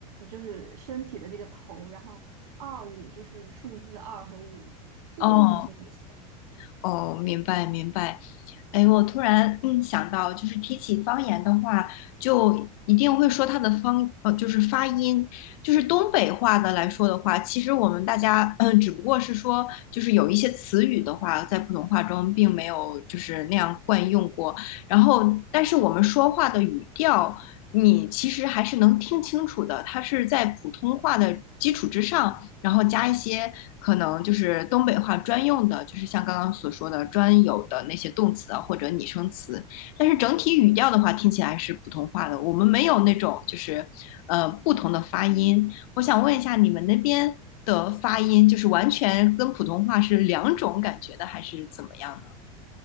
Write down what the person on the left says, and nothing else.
哦，哦，明白明白。哎，我突然嗯想到，就是提起方言的话，就一定会说它的方呃，就是发音，就是东北话的来说的话，其实我们大家嗯，只不过是说，就是有一些词语的话，在普通话中并没有就是那样惯用过。然后，但是我们说话的语调，你其实还是能听清楚的，它是在普通话的基础之上。然后加一些可能就是东北话专用的，就是像刚刚所说的专有的那些动词啊或者拟声词。但是整体语调的话，听起来是普通话的，我们没有那种就是呃不同的发音。我想问一下，你们那边的发音就是完全跟普通话是两种感觉的，还是怎么样呢？